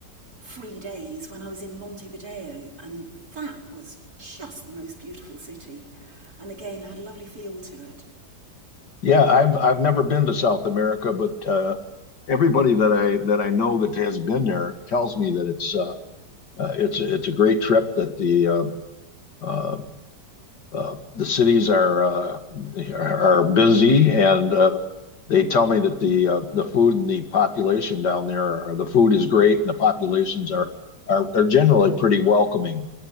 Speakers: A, on the right; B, on the left.
A: free days when I was in Montevideo. And that was just the most beautiful city. And again, had a lovely feel to it.
B: Yeah, I've I've never been to South America, but uh, everybody that I that I know that has been there tells me that it's uh, uh, it's it's a great trip. That the uh, uh, uh, the cities are uh, are busy, and uh, they tell me that the uh, the food and the population down there, are, the food is great, and the populations are are are generally pretty welcoming.